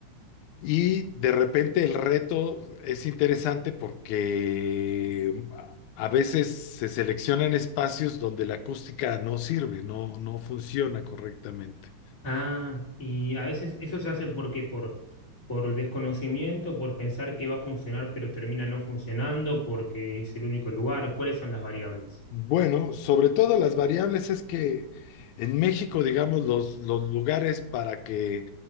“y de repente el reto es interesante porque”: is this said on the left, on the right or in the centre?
Left